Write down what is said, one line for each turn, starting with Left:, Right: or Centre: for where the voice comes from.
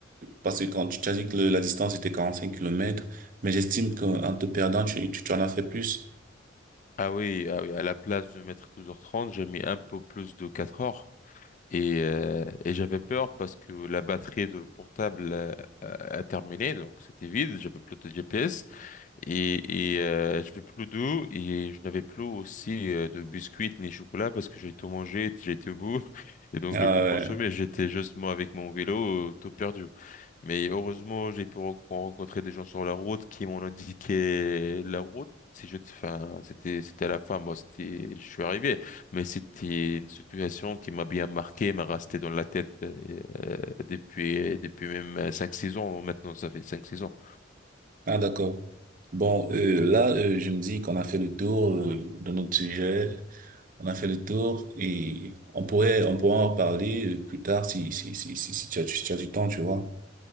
Right: parce que quand tu t'as dit que le- la distance était 45 kilomètres, mais j'estime qu'en te perdant, tu, tu, tu en as fait plus.
Left: ah oui, ah oui, à la place de mettre 12 heures trente, j'ai mis un peu plus de 4 heures. Et, euh, et j'avais peur parce que la batterie de le portable euh, a, a terminé, donc c'était vide. J'avais plus de GPS et, et euh, j'avais plus d'eau et je n'avais plus aussi euh, de biscuits ni chocolat parce que j'ai tout mangé, j'ai été au bout <laughs> et donc
Right: Ah,
Left: j'ai tout consommé.
Right: ouais.
Left: J'étais juste moi avec mon vélo euh, tout perdu. Mais heureusement, j'ai pu ren- rencontrer des gens sur la route qui m'ont indiqué la route. Si je, enfin, c'était, c'était à la fin, bon, c'était, je suis arrivé, mais c'était une situation qui m'a bien marqué, m'a resté dans la tête euh, depuis, depuis même euh, cinq 6 ans. Maintenant, ça fait cinq 6 ans.
Right: Ah, d'accord. Bon, euh, là, euh, je me dis qu'on a fait le tour, euh, de notre sujet, on a fait le tour et on pourrait, on pourra en reparler euh, plus tard si, si, si, si, si tu as, si tu as du temps, tu vois.